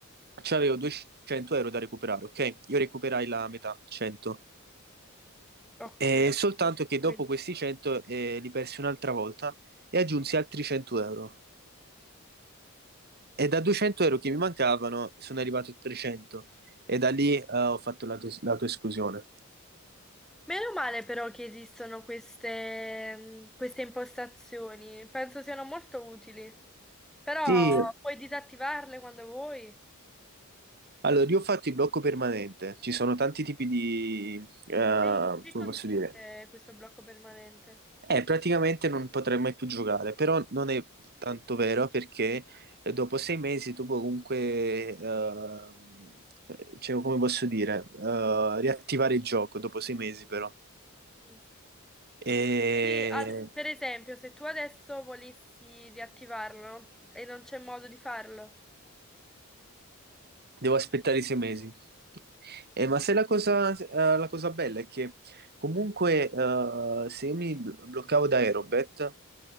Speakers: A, on the right (about 50°); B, in the centre.
A: c'avevo 200 euro da recuperare, ok? Io recuperai la metà, 100.
B: Ok,
A: Eh, soltanto
B: ho
A: che
B: capito.
A: dopo questi 100 eh, li persi un'altra volta e aggiunsi altri 100 euro. E da 200 euro che mi mancavano sono arrivato a 300 e da lì eh, ho fatto l'auto- l'autoesclusione.
B: Meno male però che esistono queste, mh, queste impostazioni, penso siano molto utili, però
A: Sì,
B: puoi disattivarle quando vuoi.
A: allora io ho fatto il blocco permanente, ci sono tanti tipi di, eh,
B: E in che
A: come
B: consiste
A: posso dire,
B: questo blocco permanente?
A: Eh, praticamente non potrei mai più giocare, però non è tanto vero perché eh, dopo sei mesi tu puoi comunque, ehm, cioè, come posso dire, eh, riattivare il gioco dopo sei mesi però.
B: Mm.
A: E
B: Quindi, ad- per esempio, se tu adesso volessi riattivarlo e non c'è modo di farlo,
A: devo aspettare i sei mesi. Eh, ma se la cosa, eh, la cosa bella è che comunque eh, se io mi bl- bloccavo da Aerobet,